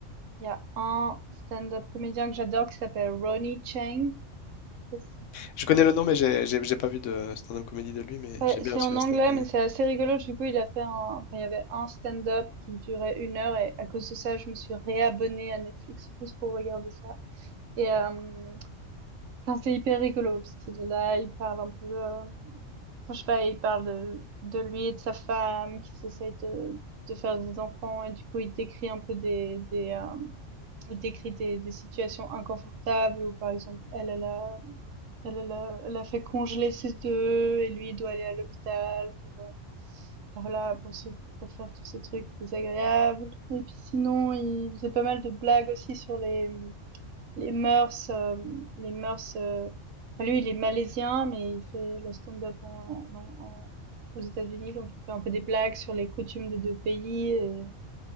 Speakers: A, on the right (about 85°); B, on the left (about 80°).
A: il y a un stand-up comédien que j'adore qui s'appelle Ronnie Chang. Je sais pas si ça te dit quelque
B: Je connais
A: chose.
B: le nom, mais j'ai j'ai- j'ai pas vu de stand-up comédie de lui, mais
A: Ouais,
B: j'aime
A: c'est
B: bien aussi
A: en
B: la
A: anglais
B: stand-up comédie.
A: mais c'est assez rigolo. Du coup il a fait un, enfin il y avait un stand-up qui durait une heure et à cause de ça je me suis réabonnée à Netflix juste pour regarder ça. Et euh, Enfin, c'est hyper rigolo parce qu'il est là, il parle un peu, euh, enfin, je sais pas, il parle de, de lui et de sa femme qui s'essayent de, de faire des enfants et du coup il décrit un peu des, des euh, il décrit des, des situations inconfortables où par exemple elle, elle a, elle, elle a, elle a fait congeler ses œufs et lui il doit aller à l'hôpital pour, euh, enfin, voilà, pour se, pour faire tous ces trucs désagréables. Et puis sinon, il faisait pas mal de blagues aussi sur les, les mœurs, hem, les mœurs, heu, enfin, lui, il est malaisien, mais il fait le stand-up en en en aux États-Unis, donc il fait un peu des blagues sur les coutumes des 2 pays et